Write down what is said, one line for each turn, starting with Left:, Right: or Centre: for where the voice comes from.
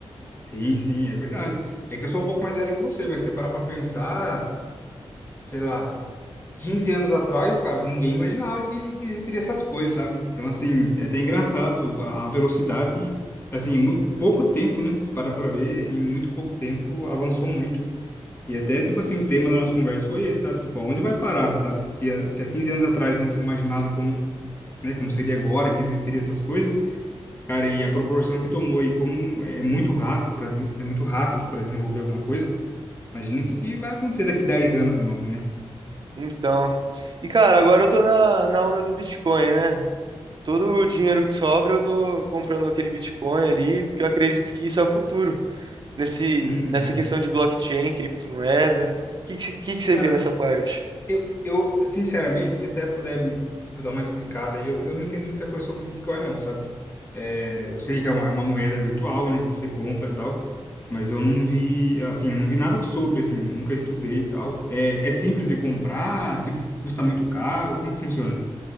Left: Sim, sim, é verdade. É que eu sou um pouco mais velho que você, vai separar para pensar, sei lá. quinze anos atrás, cara, ninguém imaginava que, que existiria essas coisas, sabe? Então, assim, é até engraçado a, a velocidade, que, assim, em muito pouco tempo, né? Se parar pra ver, em muito pouco tempo avançou muito. E até, tipo assim, o tema da nossa conversa foi esse, sabe? Tipo, onde vai parar, sabe? Porque ah, se há 15 anos atrás a gente não imaginava como, né, como seria agora que existiria essas coisas, cara, e a proporção que tomou e como é muito rápido para é muito rápido para desenvolver alguma coisa, imagina o que, que vai acontecer daqui 10 anos de novo, né?
Right: Então. E, cara, agora eu tô na, na onda do Bitcoin, né? Todo o dinheiro que sobra, eu tô comprando aquele Bitcoin ali, porque eu acredito que isso é o futuro. Nesse,
Left: Uhum.
Right: nessa questão de blockchain, criptomoeda. O que que cê- que que você
Left: Cara,
Right: vê nessa parte?
Left: Eu, eu, sinceramente, se até puder me tipo, dar uma explicada aí, eu, eu não entendo muita coisa sobre Bitcoin, não, sabe? É, eu sei que é uma, é uma moeda virtual, né, que você compra e tal, mas eu não vi, assim, eu não vi nada sobre, assim, nunca estudei e tal. É, é simples de comprar, tipo, custa muito caro, como que funciona?